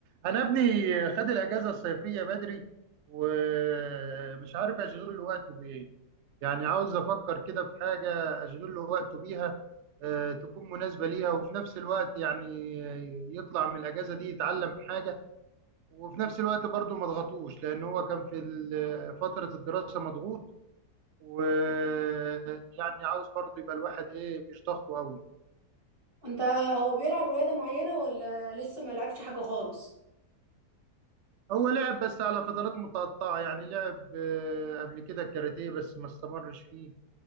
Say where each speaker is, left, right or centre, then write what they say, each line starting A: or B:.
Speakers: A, on the right; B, on the right.
A: انا ابني خد الاجازه الصيفيه بدري ومش عارف اشغل له وقته بايه يعني عاوز افكر كده في حاجه اشغل له وقته بيها آه، تكون مناسبه ليها وفي نفس الوقت يعني يطلع من الاجازه دي يتعلم حاجه وفي نفس الوقت برضه ما اضغطوش لان هو كان في ال- فتره الدراسه مضغوط ويعني عاوز برضه يبقى الواحد ايه مش ضغطه قوي
B: انت هو بيلعب رياضة معينة ولا لسه ما لعبش حاجة خالص
A: هو لعب بس على فترات متقطعة يعني لعب آه، قبل كده الكاراتيه بس ما استمرش فيه